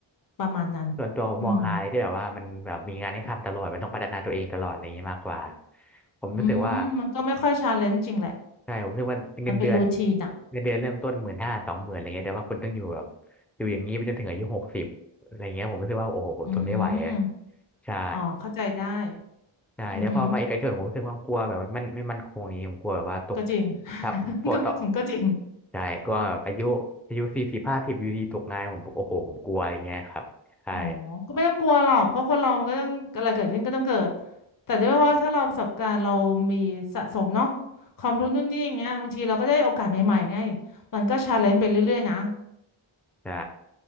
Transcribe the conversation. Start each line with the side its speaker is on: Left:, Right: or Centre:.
Left: ประมาณนั้น
Centre: ส่วนตัวผมมองหายที่แบบว่ามันแบบมีงานให้ทำตลอดมันต้องพัฒนาตัวเองตลอดอะไรอย่างนี้มากกว่า
Left: อืม
Centre: ผมรู้สึกว่า
Left: อืมมันก็ไม่ค่อยชาเลนจ์จริงแหละ
Centre: ใช่ผมรู้สึกว่าเงินเดือน
Left: มันเป็นรูทีนอ่ะ
Centre: เงินเดือนเริ่มต้นหมื่นห้าสองหมื่นอะไรเงี้ยแต่ว่าคุณต้องอยู่แบบอยู่อย่างนี้ไปจนถึงอายุหกสิบอะไรเงี้ยผมรู้สึกว่าโอ้โหผมทนไม่ไหวอะ
Left: อืม
Centre: ใช่
Left: อ๋อเข้าใจได้
Centre: ใช่แต่พอมาเอกชนผมรู้สึกความกลัวแบบมันมันไม่มั่นคงนี้ผมกลัวแบบว่าตก
Left: อือหือก็จริง <laughs>
Centre: ทับพวกต่อ
Left: ก็ไม่ถึงก็จริง
Centre: ใช่ก็แบบอายุอายุสี่สิบห้าสิบอยู่ดีตกงานผมโอ้โหผมกลัวอย่างเงี้ยครับใช่
Left: อ๋อ ก็ไม่ต้องกลัวหรอกเพราะคนเรามันก็ต้องอะไรเกิดขึ้นก็ต้องเกิด แต่ด้วยว่าถ้าเราประสบการณ์เรามีสะสมเนาะความรู้นู่นนี่อย่างเงี้ยบางทีเราก็ได้โอกาสใหม่ๆไง
Centre: ครับ
Left: มันก็ชาเลนจ์ไปเรื่อยๆนะ
Centre: ใช่